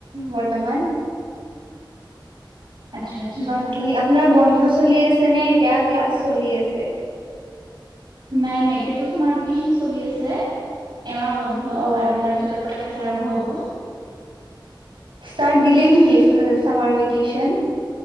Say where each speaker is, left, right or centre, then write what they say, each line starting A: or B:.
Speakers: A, on the right; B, on the right.
A: বৰ্তমান।
B: আচ্ছা আচ্ছা
A: বাকী আপোনাৰ বন্ধ চলি আছে নে এতিয়া ক্লাছ চলি আছে?
B: নাই নাই এতিয়াতো চামাৰ ভেকচন চলি আছে। এমাহ বন্ধ
A: অ',
B: আৰু তাৰ পিছত ক্লাছ আৰম্ভ হব।
A: ষ্টাৰ্ দিলে নেকি চামাৰ ভেক্যন?